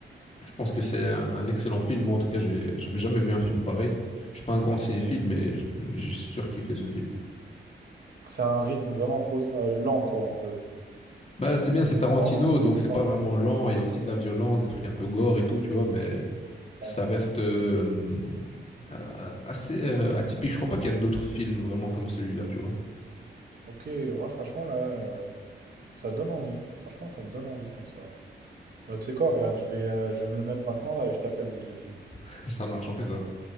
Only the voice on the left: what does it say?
je pense que c'est un, un excellent film. Moi en tout cas, j'ai- j'avais jamais vu un film pareil. Je suis pas un grand cinéphile, mais j- j'ai surkiffé ce film.
Bah c'est bien,
c'est Tarantino,
donc c'est
pas vraiment lent. Il y a aussi de la violence, des trucs un peu gore et tout, tu vois, mais ça
reste, euh, euh, assez euh, atypique. Je crois pas qu'il y a d'autres films vraiment comme celui-là, tu vois.
<laughs> Ça marche, on fait ça.